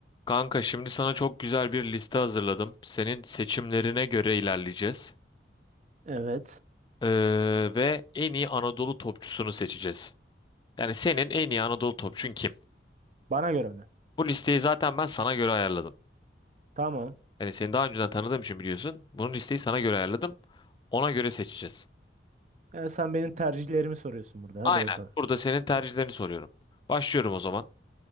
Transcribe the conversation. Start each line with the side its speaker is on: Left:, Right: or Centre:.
Left: Kanka şimdi sana çok güzel bir liste hazırladım. Senin seçimlerine göre ilerleyeceğiz.
Right: Evet.
Left: Ee, ve en iyi Anadolu topçusunu seçeceğiz. Yani senin en iyi Anadolu topçun kim?
Right: Bana göre mi?
Left: Bu listeyi zaten ben sana göre ayarladım.
Right: Tamam.
Left: Yani seni daha önceden tanıdığım için biliyorsun. Bunun listeyi sana göre ayarladım. Ona göre seçeceğiz.
Right: E, sen benim tercihlerimi soruyorsun burada.
Left: Aynen.
Right: Hadi bakalım.
Left: Burada senin tercihlerini soruyorum. Başlıyorum o zaman.